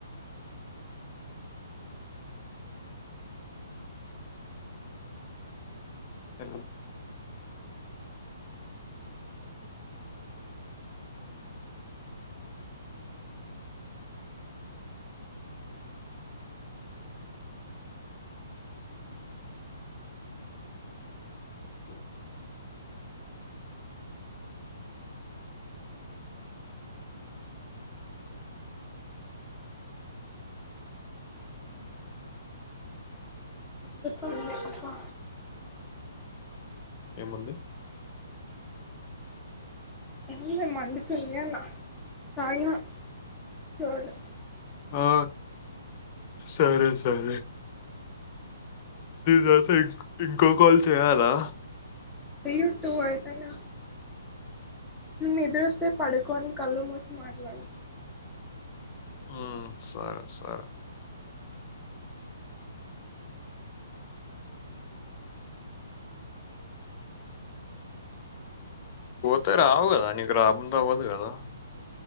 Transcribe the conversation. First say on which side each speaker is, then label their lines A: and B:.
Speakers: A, on the left; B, in the centre.
A: అ ఓ
B: ఏందో పున్ను ప
A: ఏముంది
B: ఏంలే మండుతుంది అన్న తాయినా చోడు
A: ఓ సరే సరే దీని తర్త ఇం ఇంకో కాల్ చేయాలా
B: యు టు అయితయ గా నిదురొస్తే పడుకోని కళ్ళు మూసి మాట్లాడు
A: ఉ సరే సరే త రాబగాదాని గరాబా వదుగాదా